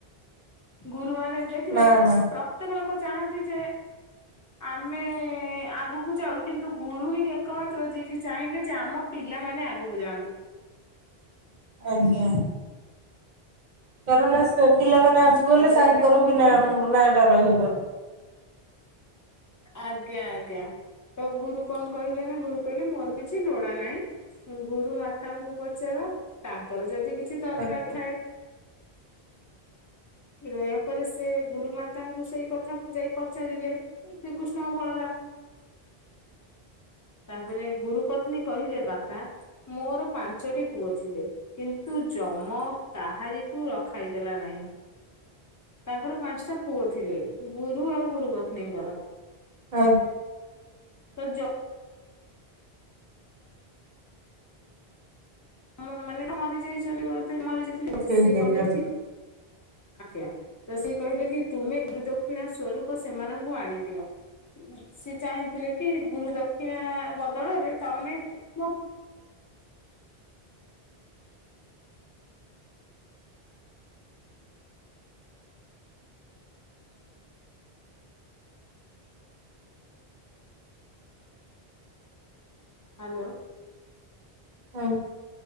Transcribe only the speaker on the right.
ନା ନା
ଆଜ୍ଞା। କାରଣ ସେ ପିଲାମାନେ ଆଗକୁ ଗଲେ
ସାର୍ ଙ୍କର
ବି ନାଁ
ନାଁ ଟା ରହିବ।
ଆଜ୍ଞା।
ଆ
ଉଠେଇ
ଦେଇନଥିଲି
ହଁ